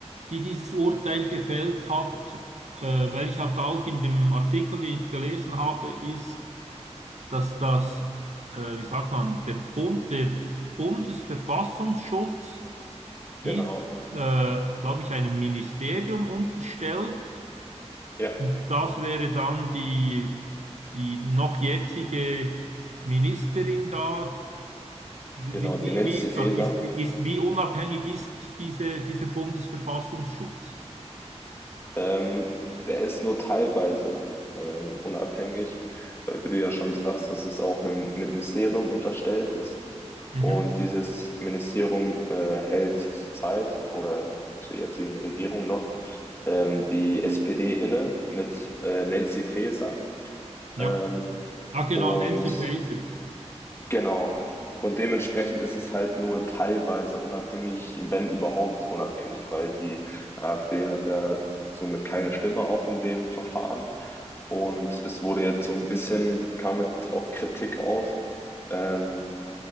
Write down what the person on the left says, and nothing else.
Genau,
ja,
genau, die
Nancy
Faeser
Ähm, der ist nur teilweise ähm, unabhängig, weil, wie du ja schon sagst, dass es auch einem Ministerium unterstellt ist.
Und dieses Ministerium äh, hält zurzeit oder zur jetzigen Regierung noch ähm, die SPD inne mit äh, Nancy Faeser.
Ähm,
und
Genau. Und dementsprechend ist es halt nur teilweise unabhängig, wenn überhaupt unabhängig, weil die AfD hat ja somit keine Stimme auch in dem Verfahren. Und es wurde jetzt so ein bisschen, kam jetzt auch Kritik auf, ähm,